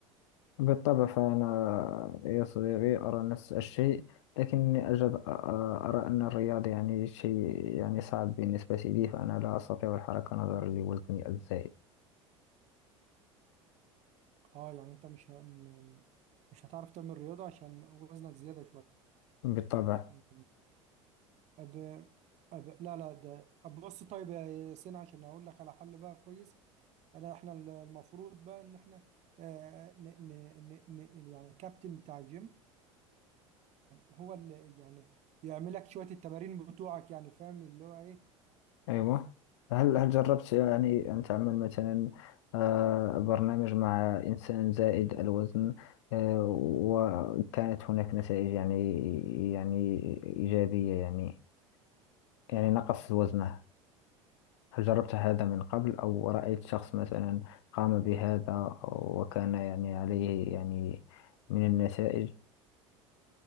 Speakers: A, on the left; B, on the right.
A: بالطبع فأنا يا صديقي أرى نفس الشيء لكني أجد أرى أن الرياضة يعني شيء يعني صعب بالنسبة لي فأنا لا أستطيع الحركة نظرا لوزني الزائد
B: اه يعني انت مش ه... م- مش هتعرف تعمل رياضة عشان وزنك زيادة
A: بالطبع
B: شوية أب... أب... لا لا ده أب بص طيب يا ياسين عشان أقول لك على حل بقى كويس أنا إحنا ال- المفروض بقى إن إحنا آه ن... ن... ن... ن... يعني كابتن بتاع الجيم هو اللي يعني يعمل لك شوية التمارين بتوعك يعني فاهم اللي هو إيه
A: أيوة هل هل جربت يعني أن تعمل مثلا آه، برنامج مع إنسان زائد الوزن آه، وكانت هناك نتائج يعني يعني إيجابية يعني يعني نقص وزنه هل جربت هذا من قبل أو رأيت شخص مثلا قام بهذا وكان يعني عليه يعني من النتائج؟